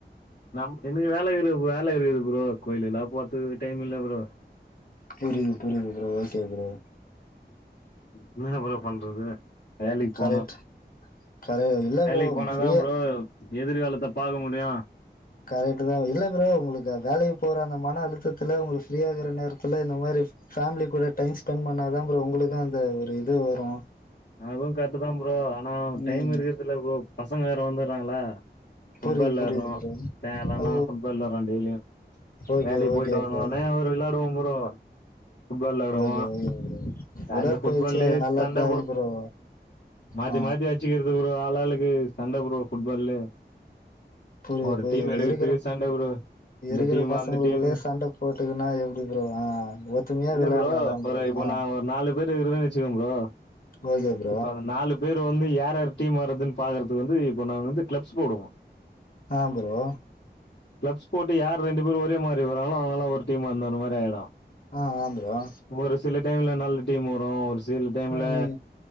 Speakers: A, on the left; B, on the left.
A: நம் எனக்கு வேல இக்குது வேல இருக்குது ப்ரோ கோயிலல்ல போரத்துக்கு டைம் இல்ல ப்ரோ
B: புரியுது புரியுது ப்ரோ ஓகே ப்ரோ
A: என்னா ப்ரோ பண்றது வேலைக் போனு
B: கரெக்ட் கரெ இல்ல
A: வேலைக்கு
B: ப்ரோ
A: போனாதா
B: ஃப்ரீயா
A: ப்ரோ எதிர்காலத்த பாக்க முடியு
B: கரெக்ட் தா இல்ல ப்ரோ உங்களுக்கு வேலைக்கு போற அந்த மன அழுத்தத்துல உங்களுக்கு ஃப்ரீய ஆகற நேரத்துல இந்த மாரி ஃபேமிலி கூட டைம் ஸ்பெண்ட் பண்ணா தா ப்ரோ உங்களுக்கு அந்த ஒரு இது வரு
A: அதுவும் கரெக்ட் தா ப்ரோ ஆனா டைம்
B: ம்
A: இருக்கிறதுல ப்ரோ பசங்க வேற வந்துடுறாங்களா ஃபுட்பால்
B: புரியுது
A: வெலாட்றோ
B: புரியுது ப்ரோ
A: சாய்ங்கலானா
B: ஓ
A: ஃபுட்பால் வெலாட்றோ டெய்லியு
B: ஓகே
A: வேலைக்கி போயிட்டு
B: ஓகே
A: வந்தோான்னே
B: ப்ரோ
A: வெளாடுவோ ப்ரோ ஃபுட்பால் விளாடுவோம்.
B: ஓகே ஓகே உடற்பயிற்சி
A: அந்த ஃபுட்பால்லயே
B: அது நல்லது
A: சண்ட
B: தா ப்ரோ
A: மாத்தி
B: ஆ
A: மாத்தி அச்சுக்கிறது ஆளாளுக்கு சண்டதா ப்ரோ ஃபுட்பால்ல
B: புரியுது
A: ஒரு
B: புரியுது
A: டீம் எடுக்கறதுக்கு
B: இருக்கிற
A: சண்ட ப்ரோ இந்த
B: இருக்கிற
A: டீம்,
B: பசங்களுக்குள்ளயே
A: அந்த டீமு.
B: சண்ட போட்டுக்குன்னா எப்டி ப்ரோ ஆ ஒத்துமையா
A: இல்ல
B: விளையாடு
A: ப்ரோ,
B: னா தா
A: ஒரு
B: ப்ரோ
A: இப்போ
B: ஆ
A: நா ஒரு நாலு பேரு இருக்குரோன்னு வச்சுக்கோங்களே ப்ரோ
B: ஓகே ப்ரோ
A: இப்ப அந்த நாலு பேரு வந்து யார் யாரு டீம் வரதுன் பாக்கற்துக் வந்து இப்ப நாங் வந்து க்ளப்ஸ் போடுவோ
B: ஆ ப்ரோ
A: க்ளப்ஸ் போட்டு யார் ரெண்டு பேரு ஒரே மாரி வராங்களே அவ்ங்கல்லா ஒரு டீம் அந்த ஒரு மாரி ஆய்டு
B: ஆ வந்துருவோ
A: ஒரு சில டைம்ல நல்ல டீம் வரு ஒரு சில் டைம்ல
B: ம் ம்